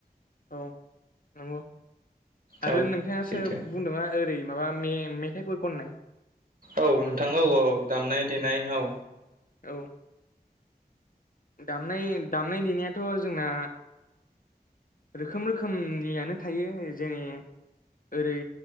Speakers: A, on the left; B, on the right.
A: औ नंगौ आरो
B: औ
A: नोंथाङा
B: सैथो
A: सोर बुंनो थाङोबा ओरै माबा मे मेथाइफोर खननाय
B: औ नोंथां औ औ औ दामनाय देनाय औ
A: औ दामनाय दामनाय देनायाथ जोंना रोखोम रोखोमनियानो थायो जेने ओरै